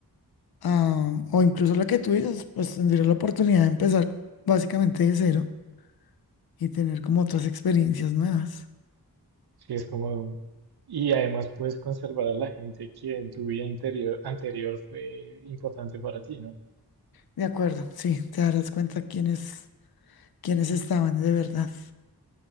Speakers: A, on the left; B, on the right.
A: ah, o incluso la que tú dices, pues tendría la oportunidad de empezar básicamente de cero y tener como otras experiencias nuevas.
B: Sí, es como, y además puedes conservar a la gente que en tu vida interior, anterior fue importante para ti, ¿no?
A: De acuerdo, sí, te darás cuenta quiénes, quiénes estaban de verdad.